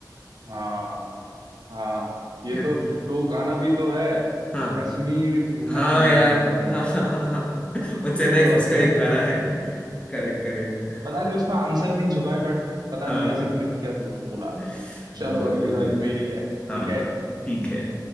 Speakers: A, on the right (about 70°); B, on the left (about 15°).
A: हाँ हाँ ये
B: ये-
A: तो वो गाना भी तो है
B: हाँ
A: कश्मीर टू मैं
B: हाँ
A: कन्याकुमारी
B: यार हाँ हाँ हाँ हाँ वो चेन्नई
A: तो
B: एक्सप्रेस
A: <laughs>
B: का एक गाना है Correct correct
A: पता नहीं उसका आंसर नहीं छुपा है बट पता
B: हाँ
A: नहीं ऐसे क्लिक किया तो मैंने बोला
B: बिल्कुल
A: चलो अगली
B: बिल्कुल
A: बारी मेरी है ठीक
B: हाँ
A: है
B: ठीक है